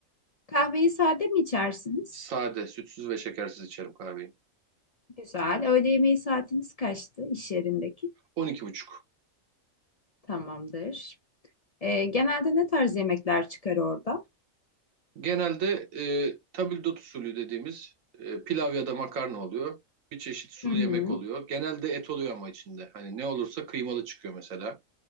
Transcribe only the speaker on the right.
Sade, sütsüz ve şekersiz içerim kahveyi.
12.30.
Genelde e, tabldot usulü dediğimiz e, pilav ya da makarna oluyor. Bir çeşit sulu
yemek oluyor. Genelde et oluyor ama içinde. Hani ne olursa kıymalı çıkıyor mesela.